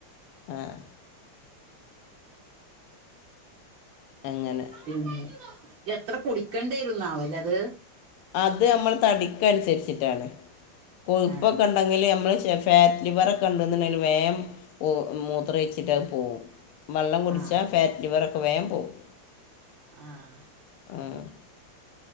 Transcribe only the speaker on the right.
ഉം എത്ര കുടിക്കണ്ടേരും ന്നാവല്ലേ ത്
ആ
ആ
ആഹ്